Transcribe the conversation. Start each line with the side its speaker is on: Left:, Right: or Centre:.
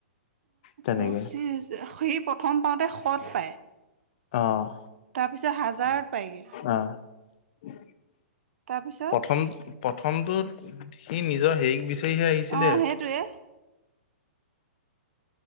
Left: তেনেকে
Right: পঁচিছ সেই প্ৰথম পাওঁতে সৎ পায়,
Left: অ,
Right: তাৰপিছত হাজাৰত পায়গে
Left: আহ
Right: তাৰপিছত
Left: প্ৰথম, প্ৰথমটোত সি নিজৰ হেৰিক বিচাৰিহে আহিছিলে।
Right: অ', সেইটোৱে